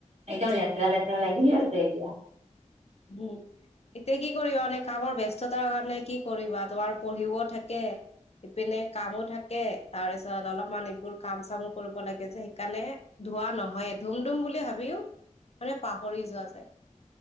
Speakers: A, on the right; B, on the left.
A: একদম লেতেৰা লেতেৰা লাগি আছে এতিয়া।
B: উম এতিয়া কি কৰিবা মানে কামৰ ব্যস্ততাৰ কাৰণে কি কৰিবা তোমাৰ পঢ়িবও থাকে? ইপিনে কামো থাকে তাৰপিছত অলপমান এইবোৰ কাম চামো কৰিব লাগে যে সেইকাৰণে ধোৱা নহয় ধুম ধুম বুলি ভাবিও মানে পাহৰি যোৱা যায়।